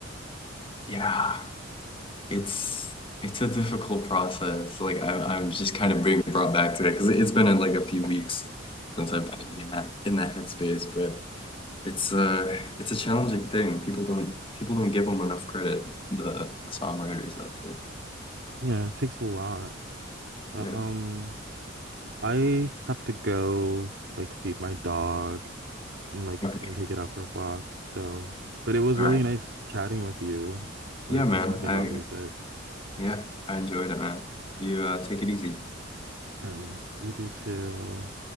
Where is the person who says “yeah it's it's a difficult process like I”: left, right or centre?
Left